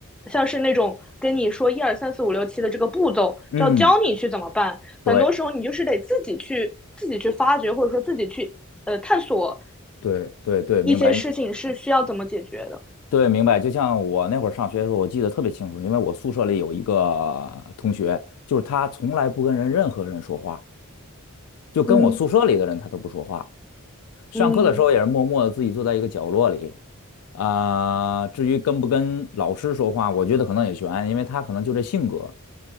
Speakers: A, in the centre; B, on the left (about 75°).
A: 像是那种跟你说一二三四五六七的这个步骤，
B: 嗯，
A: 就要教你去怎么办。很多时候你就是得自己去自己去发掘，
B: 对
A: 或者说自己去呃探索
B: 对对对，明白
A: 一些事情是需要怎么解决的。
B: 对明白。就像我那会儿上学的时候，我记得特别清楚，因为我宿舍里有一个同学，就是他从来不跟人任何人说话，就跟我宿舍里的人他都不说话。
A: 嗯
B: 上课的时候也是默默的自己坐在一个角落里
A: 嗯
B: 啊、至于跟不跟老师说话，我觉得可能也悬，因为他可能就这性格。